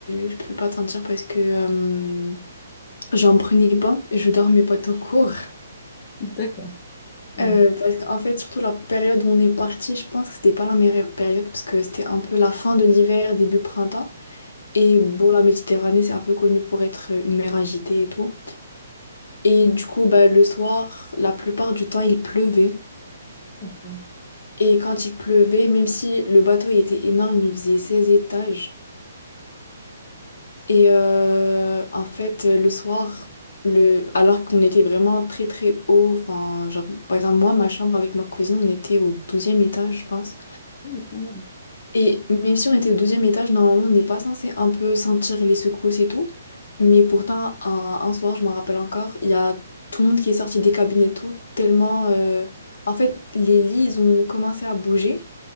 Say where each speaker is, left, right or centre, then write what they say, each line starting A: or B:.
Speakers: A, on the left; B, on the left.
A: je peux pas te mentir parce que euh, j'en prenais pas et je dormais pas tout court.
B: D'accord, ouais,
A: Euh, parce qu'en fait, surtout la période où on est parti, je pense que c'était pas la meilleure période parce que c'était un peu la fin de l'hiver, début printemps. Et bon, la Méditerranée, c'est un peu connu pour être une mer agitée et tout. Et du coup, bah, le soir, la plupart du temps, il pleuvait.
B: d'accord.
A: Et quand il pleuvait, même si le bateau il était énorme, il faisait 16 étages. Et euh, en fait, le soir, le... alors qu'on était vraiment très très haut, enfin, genre, par exemple, moi, ma chambre avec ma cousine, on était au douzième étage, je pense.
B: Oui, quand même.
A: Et même si on était au douzième étage, normalement, on n'est pas censé un peu sentir les secousses et tout. Mais pourtant, un, un soir, je m'en rappelle encore, il y a tout le monde qui est sorti des cabines et tout, tellement... euh, En fait, les lits, ils ont commencé à bouger.